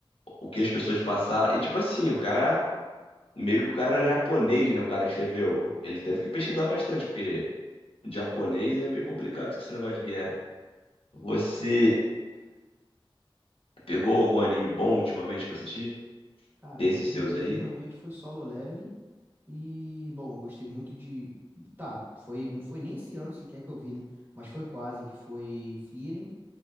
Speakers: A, on the left; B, on the right.
A: o que as pessoas passaram. E tipo assim, o cara, meio que o cara era japonês, né? O cara escreveu. Ele teve que pesquisar bastante, porque japonês é meio complicado com esse negócio de guerra. Você pegou algum anime bom ultimamente pra assistir?
B: Cara,
A: Desses
B: o último
A: seus
B: que eu
A: aí?
B: vi realmente foi Solo Leveling. E, bom, eu gostei muito de. Tá, foi, não foi nem esse ano sequer que eu vi, né? Mas foi quase, que foi Frieren.